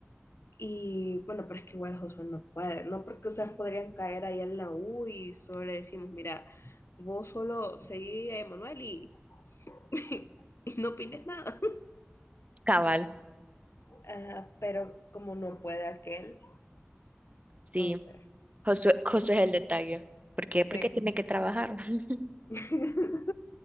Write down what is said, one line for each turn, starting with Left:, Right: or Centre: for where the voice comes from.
Left: y bueno, pero es que igual Josué no puede, no porque ustedes podrían caer ahí en la U y solo le decimos, mira, vos solo seguí a Emanuel y, <laughs> y no opines nada.
Right: Cabal,
Left: Ajá, pero como no puede aquel,
Right: sí.
Left: no sé,
Right: Josué, Josué es el detalle. ¿Por qué?
Left: sí.
Right: Porque tiene que trabajar. <laughs>
Left: <laughs>